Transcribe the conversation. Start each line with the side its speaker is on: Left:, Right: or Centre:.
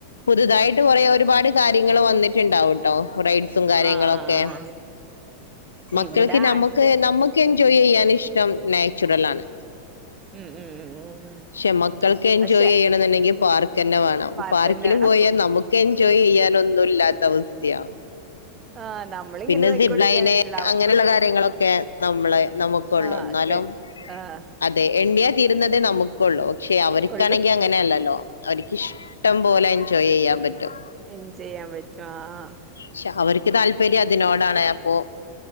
Left: പുതുതായിട്ട് കൊറെേ ഒരുപാട് കാര്യങ്ങള് വന്നിട്ടുണ്ടാവൂട്ടോ റൈഡ്സും കാര്യങ്ങളൊക്കെ
Right: ആഹ്
Left: മക്കൾക്ക്
Right: ഇവിടെ
Left: നമുക്ക്
Right: അടുത്ത്
Left: നമ്മുക്ക് എൻജോയ് ചെയ്യാനിഷ്ടം നാച്ചുറലാണ്
Right: ഉം ഉം ഉം ഉം ഉം
Left: ക്ഷെ മക്കൾക്ക് എൻജോയ്
Right: പക്ഷെ
Left: ചെയ്യണന്നുണ്ടെങ്കി പാർക്കെന്നെ വേണം
Right: പാർക്ക്
Left: പാർക്കില്
Right: തന്നെയാണ്
Left: പോയാ നമുക്ക് എൻജോയ് ചെയ്യാനൊന്നും ഇല്ലാത്ത അവസ് ഥ്യാ
Right: ആഹ് നമ്മളിങ്ങനെ
Left: പിന്നെ
Right: നോയിക്കൊണ്ടിരിക്കാനേ
Left: സിബ്ലൈന്
Right: പറ്റുള്ളൂ അവർക്കുള്ള
Left: അങ്ങനൊള്ള കാര്യങ്ങളൊക്കെ നമ്മള് നമുക്കൊള്ളു
Right: ആഹ്
Left: ന്നാലും
Right: ഒക്കെ ആഹ്
Left: അതെ എണ്ണിയ തീരുന്നതേ നമുക്കുള്ളൂ ക്ഷെ അവർക്കാണെങ്കി
Right: കൊള്ളും
Left: അങ്ങനെയല്ലല്ലോ അവർക്കിഷ്ടം പോലെ എൻജോയ് ചെയ്യാ പറ്റും
Right: എൻജോയ് ചെയ്യാൻ പറ്റും ആഹ്
Left: ക്ഷെ അവർക്ക് താല്പര്യം അതിനോടാണ് അപ്പൊ